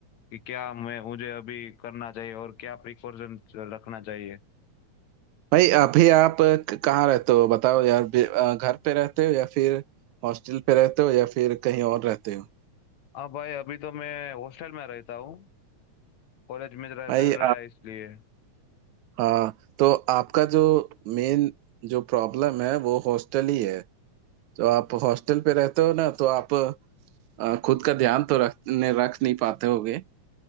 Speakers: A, on the left; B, on the right.
A: कि क्या मैं मुझे अभी करना चाहिए और क्या प्रिकॉशन रखना चाहिए
B: भाई अभी आप क- कहाँ रहते हो बताओ यार बे- अ, घर पे रहते हो या फिर हॉस्टल पे रहते हो या फिर कहीं और रहते हो
A: हाँ भाई अभी तो मैं हॉस्टल में रहता हूँ कॉलेज में जरा
B: भाई
A: चल रहा है इसलिए
B: हाँ तो आपका जो मेन जो प्रॉब्लम है वो हॉस्टल ही है तो आप हॉस्टल पे रहते हो ना तो आप अ, खुद का ध्यान तो रख ने रख नहीं पाते होगे